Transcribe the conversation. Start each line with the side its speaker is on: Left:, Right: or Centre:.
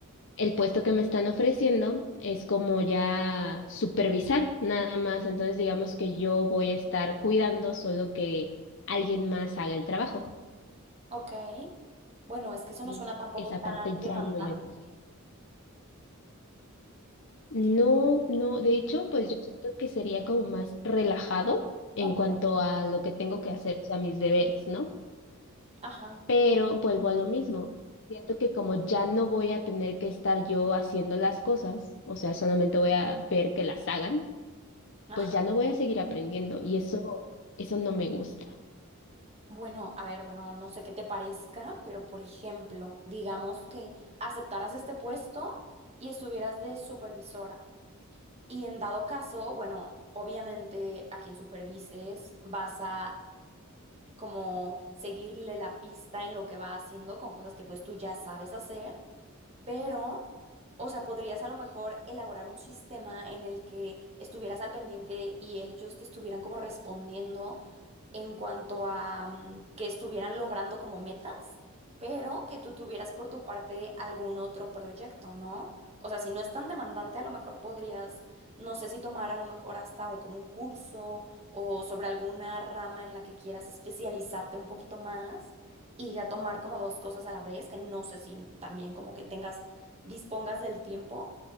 Left: El puesto que me están ofreciendo es como ya supervisar nada más, entonces digamos que yo voy a estar cuidando, solo que alguien más haga el trabajo.
Right: ok. Bueno, es que eso
Left: Y
Right: no suena tampoco
Left: esa
Right: tan
Left: parte
Right: demandante.
Left: ya no me gusta. No,
Right: Dime.
Left: no, de hecho, pues yo siento que sería como más relajado en
Right: Ok,
Left: cuanto a lo que tengo que hacer, o sea, mis deberes, ¿no?
Right: ajá,
Left: Pero vuelvo a lo mismo. Siento que como ya no voy a tener que estar yo haciendo las cosas, o sea, solamente voy a ver que las hagan
Right: ajá.
Left: pues ya no voy a seguir aprendiendo y eso, eso no me gusta.
Right: Bueno, a ver, bueno, no sé qué te parezca, pero por ejemplo, digamos que aceptaras este puesto y estuvieras de supervisora. Y en dado caso, bueno, obviamente a quien supervises vas a como seguirle la pista en lo que va haciendo con cosas que pues tú ya sabes hacer pero, o sea, podrías a lo mejor elaborar un sistema en el que estuvieras al pendiente y ellos te estuvieran como respondiendo en cuanto a mm, que estuvieran logrando como metas, pero que tú tuvieras por tu parte algún otro proyecto, ¿no? O sea, si no es tan demandante, a lo mejor podrías, no sé si tomar a lo mejor hasta un- como un curso o sobre alguna rama en la que quieras especializarte un poquito más y ya tomar como dos cosas a la vez, que no sé si también como que tengas, dispongas del tiempo,